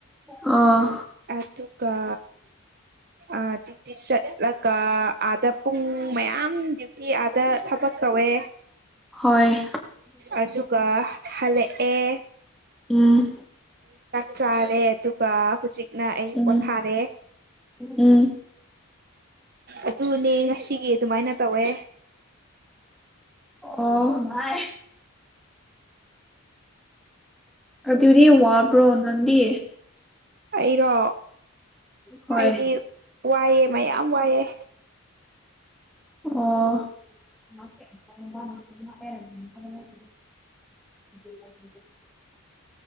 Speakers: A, in the centre; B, on the right (about 45°).
A: ꯑꯥ
B: ꯑ ꯇꯨ ꯀ ꯑꯊ ꯆꯠꯂ ꯀ ꯑ ꯗ ꯄꯨꯡ ꯃꯌꯥꯝ ꯗ꯭ꯌꯨꯇꯤ ꯑꯥꯗ ꯊꯕꯛ ꯇꯧꯋꯦ
A: ꯍꯣꯏ
B: ꯑꯗꯨꯒ ꯍꯜꯂꯛ ꯑꯦ
A: ꯎꯝ
B: ꯆꯥꯔꯦ ꯑꯗꯨꯒ ꯍꯧꯖꯤꯛꯅ ꯑꯩ
A: ꯎꯝ
B: ꯄꯣꯊꯥꯔꯦ
A: ꯎꯝ
B: ꯑꯗꯨꯅꯦ ꯉꯁꯤꯒꯤ ꯑꯗꯨꯃꯥꯏꯅ ꯇꯧꯋꯦ
A: ꯑꯣꯥꯏ ꯑꯗꯨꯗꯦ ꯋꯥꯕ꯭ꯔꯣ ꯅꯪꯗꯤ
B: ꯑꯩꯔꯣ
A: ꯍꯣꯏ
B: ꯑꯩꯗꯤ ꯋꯥꯏꯑꯦ ꯃꯌꯥꯝ ꯋꯥꯏꯑꯦ
A: ꯑꯣ <inaudible>